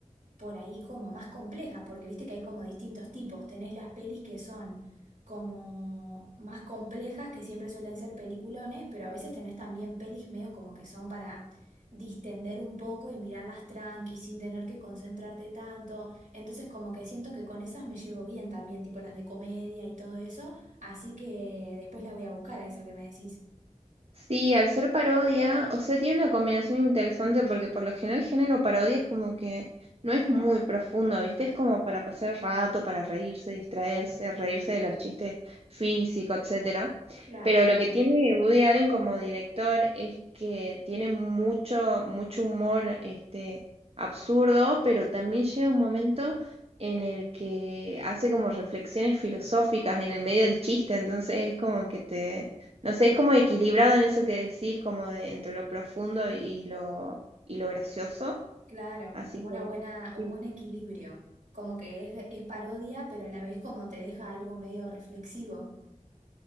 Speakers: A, on the right; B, on the right.
A: por ahí como más complejas, porque viste que hay como distintos tipos. Tenés las pelis que son como más complejas, que siempre suelen ser peliculones, pero a veces tenés también pelis medio como que son para distender un poco y mirarlas tranqui, sin tener que concentrarte tanto. Entonces como que siento que con esas me llevo bien también, tipo las de comedia y todo eso, así que después la voy a buscar a esa que me decís.
B: Sí, al ser parodia, o sea, tiene una combinación interesante porque por lo general el género parodia es como que no es muy profundo, ¿viste? Es como para pasar el rato, para reírse, distraerse, reírse de los chistes físicos, etcétera.
A: Claro.
B: Pero lo que tiene Woody Allen como director es que tiene mucho, mucho humor, este, absurdo, pero también llega un momento en el que hace como reflexiones filosóficas en el medio del chiste, entonces es como que te no sé, es como equilibrado en eso que decís, como de entre lo profundo y lo, y lo gracioso.
A: Claro,
B: Así
A: como
B: que
A: una buena, un
B: sí,
A: buen equilibrio, como que es, es parodia, pero a la vez como te deja algo medio reflexivo.